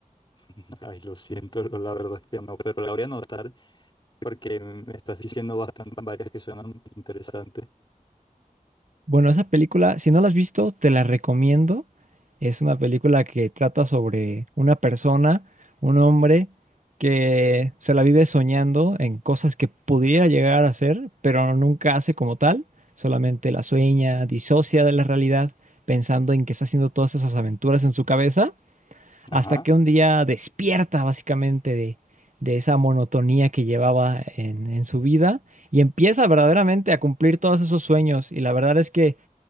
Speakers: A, on the left; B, on the right.
A: <laughs> Ay, lo siento, lo- la verdad es que no, pero la voy a anotar porque me estás diciendo bastante varias que suenan interesantes.
B: Bueno, esa película, si no la has visto, te la recomiendo. Es una película que trata sobre una persona, un hombre, que se la vive soñando en cosas que pudiera llegar a ser, pero nunca hace como tal. Solamente la sueña, disocia de la realidad, pensando en que está haciendo todas esas aventuras en su cabeza,
A: Ajá.
B: hasta que un día despierta básicamente de, de esa monotonía que llevaba en en su vida y empieza verdaderamente a cumplir todos esos sueños. Y la verdad es que